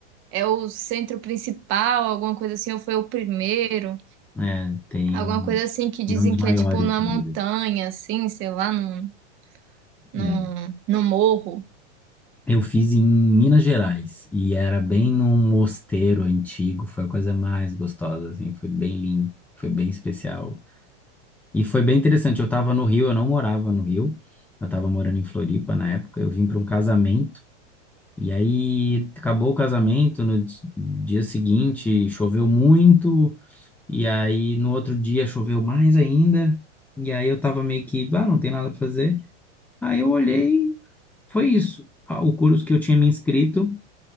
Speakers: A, on the right; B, in the centre.
A: é o centro principal, alguma coisa assim, ou foi o primeiro,
B: É, tem
A: alguma
B: um,
A: coisa assim que dizem
B: tem um dos maiores.
A: que é tipo na
B: do
A: montanha,
B: Brasil.
A: assim, sei lá, num, num,
B: É.
A: num morro.
B: Eu fiz em Minas Gerais e era bem num mosteiro antigo. Foi a coisa mais gostosa, assim. Foi bem lindo, foi bem especial. E foi bem interessante. Eu estava no Rio, eu não morava no Rio. Eu estava morando em Floripa na época. Eu vim para um casamento. E aí acabou o casamento. No dis- dia seguinte choveu muito. E aí no outro dia choveu mais ainda. E aí eu estava meio que, ah, não tem nada para fazer. Aí eu olhei, foi isso. Ah, O curso que eu tinha me inscrito